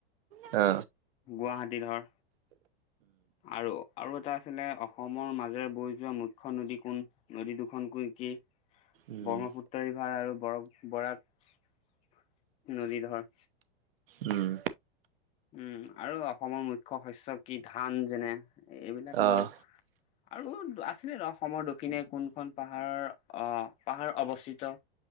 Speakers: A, on the right; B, on the left.
A: অ।
B: গুৱাহাটী ধৰ আৰু। আৰু এটা আছিলে অসমৰ মাজেৰে বৈ যোৱা মুখ্য নদী কোন নদী দুখনকৈ কি।
A: উম
B: ব্ৰহ্মাপুত। <inaudible> আৰু ব বৰাক নদী ধৰ।
A: উম।
B: উম আৰু অসমৰ মুখ্য শস্য কি ধান যেনে এইবিলাক
A: অঁ
B: ধৰ। আৰু আছিলে ন অসমৰ দক্ষিণে কোনখন পাহাৰৰ অ পাহাৰ অৱস্থিত।